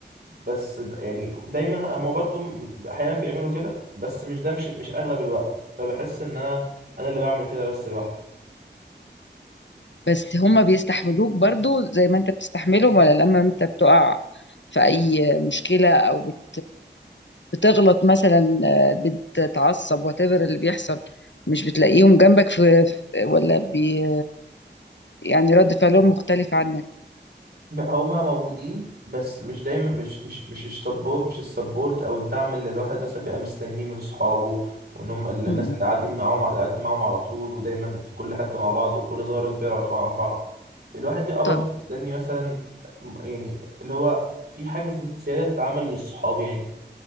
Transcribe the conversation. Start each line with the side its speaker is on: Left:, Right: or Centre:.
Right: بس د... يعني دايما هم برضو م- احيانا بيعملوا كده بس مش ده مش مش اغلب الوقت فبحس ان انا انا اللي بعمل كده بس لوحدي
Left: بس هم بيستحملوك برضو زي ما انت بتستحملهم ولا لما انت بتقع في اي مشكلة او بت بتغلط مثلا آه، بتتعصب whatever اللي بيحصل مش بتلاقيهم جنبك في في- ولا بي يعني رد فعلهم مختلف عنك
Right: م- هما موجودين بس مش دايما مش مش مش السبورت مش السبورت او الدعم اللي الواحد مثلا بيبقى مستنيه من اصحابه وان هم ال- الناس
Left: مم.
Right: اللي قاعدين معاهم اللي قاعدين معاهم على طول ودايما في كل حته مع بعض وكل صغير وكبير يعرفوا عن بعض الواحد بيبقى برضه
Left: طب
Right: مستني مثلا م- يعني اللي هو في حاجه زياده تتعمل للصحاب يعني